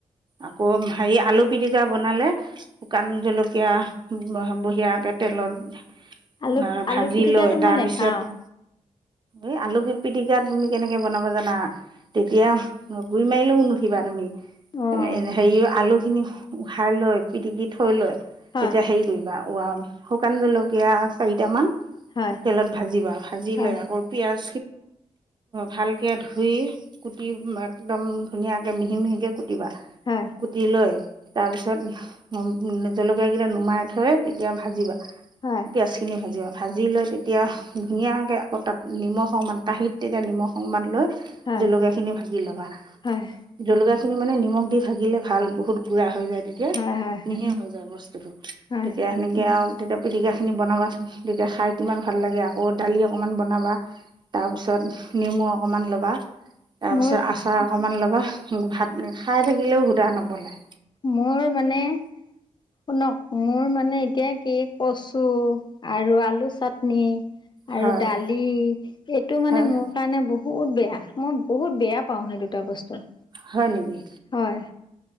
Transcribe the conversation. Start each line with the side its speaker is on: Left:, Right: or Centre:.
Right: আকৌ হেৰি আলু পিটিকা বনালে শুকান জলকীয়া বঢ়িয়াকে তেলত।
Left: আলু আলু
Right: ভাজি
Left: পিটিকাটো
Right: লৈ
Left: মই
Right: তাৰ
Left: নেখাওঁ
Right: পিছত এই আলু কি পিটিক। তেতিয়া তুমি কেনেকে বনাব জানা তেতিয়া গুৰি মাৰিলেও নুঠিবা তুমি।
Left: অ'
Right: এ হেৰী আলু। খিনি উহাই লৈ পিটিকি থৈ লৈ।
Left: হয়
Right: তেতিয়া হেৰি কৰিবা ৱ-শুকান জলকীয়া চাৰিটামান
Left: হয়
Right: তেলত ভাজিবা, ভাজি
Left: হয়,
Right: লৈ আকৌ পিয়াজ ভালকে ধুই কুটি একদম ধুনীয়াকে মিহি - মিহিকে কু কুতিবা
Left: হয়,
Right: কুটি লৈ তাৰ পিছত-জলকীয়া কেইটা নুমাই থৈ তেতিয়া ভাজিবা।
Left: হয়,
Right: পিয়াজ খিনি ভাজিবা ভাজি লৈ তেতিয়া ধুনীয়াকে আকৌ তাত নিমখ-অকণমান কাঁহীত তেতিয়া নিমখ অকণমান লৈ
Left: হয়,
Right: জলকীয়া খিনি ভাজি ল'বা,
Left: হয়,
Right: জলকাীয়া খিনি মানে নিমখ দি ভাজিলে ভাল বহুত গুড়া হৈ যায় তেতিয়া
Left: হয়, হয়, হয়,
Right: মিহি হৈ যায় বস্তুতটো।
Left: হয়,
Right: তেতিয়া সেনেকে আৰু তেতিয়া পিটিকাখিনি বনাবাচোন তেতিয়া খাই কিমান ভাল লাগে আকৌ ডালি অকণমান বনাবা তাৰপিছত নেমু অকণমান ল'বা তাৰপিছত
Left: মোৰ
Right: আচাৰ অকনমান ল'বা উম ', ভাত খাই থাকিলেও হুতাহ নপলাই।
Left: মোৰ মানে, শুনক মোৰ মানে এতিয়া কি কচু আৰু আলু চাটনি
Right: হয়
Left: আৰু ডালি এইটো মানে
Right: হয়
Left: মোৰ কাৰণে বহুত বে মই বহুত বেয়া পাওঁ সেই দুটা বস্তু।
Right: হয় নেকি?
Left: হয়